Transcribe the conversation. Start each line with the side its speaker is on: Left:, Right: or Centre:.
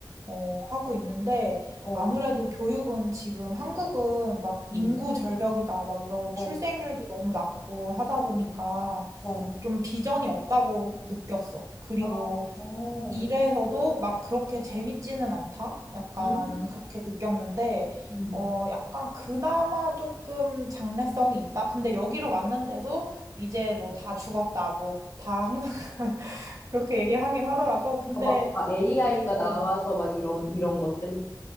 Right: 어, 하고 있는데,
Left: 어,
Right: 아무래도 교육은 지금 한국은 막
Left: 음,
Right: 인구 절벽이다, 막 이러고
Left: 어,
Right: 출생률도 너무 낮고 하다 보니까
Left: 음, 어,
Right: 좀 비전이 없다고 느꼈어. 그리고
Left: 어, 어,
Right: 일에서도 막 그렇게 재밌지는 않다? 약간
Left: 음,
Right: 그렇게 느꼈는데,
Left: 음.
Right: 어, 약간 그나마 조금 장래성이 있다? 근데 여기로 왔는데도 이제 뭐 다 죽었다. 뭐 다 항상 <laughs> 그렇게 얘기를 하긴 하더라고. 근데
Left: 어, 막 AI가
Right: 일단, 어,
Left: 나와서 막 이런 이런 것들.